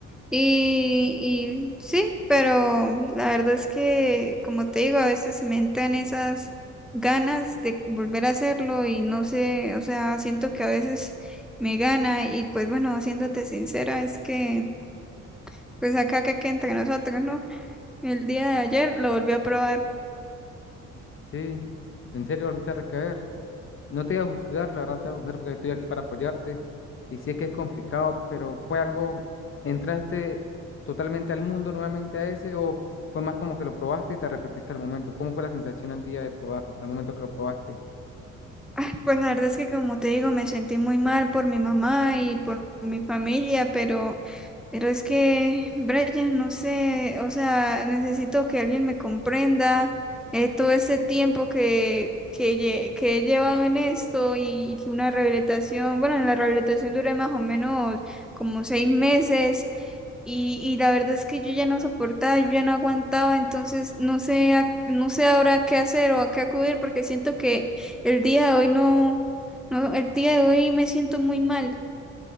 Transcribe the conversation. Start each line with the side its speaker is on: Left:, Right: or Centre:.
Centre: y, y sí, pero la verdad es que como te digo, a veces me entran esas ganas de volver a hacerlo y no sé, o sea, siento que a veces me gana y pues bueno, siéndote sincera, es que pues acá que, que entre nosotros, ¿no? El día de ayer lo volví a probar.
Left: Sí, ¿en serio volviste a recaer? No te voy a juzgar, la verdad no te voy a juzgar porque estoy aquí para apoyarte y sé que es complicado, pero fue algo, ¿entraste totalmente al mundo nuevamente a ese o fue más como que lo probaste y te arrepentiste al momento? ¿Cómo fue la sensación el día de probarlo, al momento que lo probaste?
Centre: Ah, Pues la verdad es que como te digo, me sentí muy mal por mi mamá y por mi familia, pero, pero es que, Brian, no sé, o sea, necesito que alguien me comprenda eh, todo ese tiempo que, que, lle- que he llevado en esto y, y que una rehabilitación, bueno, en la rehabilitación duré más o menos como seis meses y, y la verdad es que yo ya no soportaba, yo ya no aguantaba, entonces no sé, a- no sé ahora qué hacer o a qué acudir porque siento que el día de hoy no, no, el día de hoy me siento muy mal.